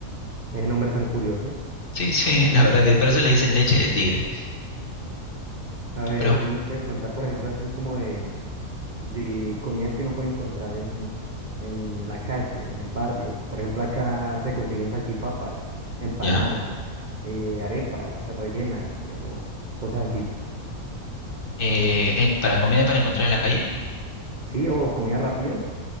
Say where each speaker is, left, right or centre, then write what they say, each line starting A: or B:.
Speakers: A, on the right; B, on the left.
A: Ese nombre tan curioso.
B: Sí, sí, <laughs> la verdad que por eso le dicen leche de tigre.
A: A ver,
B: Pero,
A: ¿qué me puedes contar, por ejemplo, así como de, de comida que uno puede encontrar en, en la calle, en el barrio. Por ejemplo, acá se consiguen salchipapas, empanadas,
B: ¿ya?
A: eh, arepas rellenas eh, o cosas así.
B: Eh, eh, para comida para encontrar en la calle,
A: Sí, o comidas rápidas.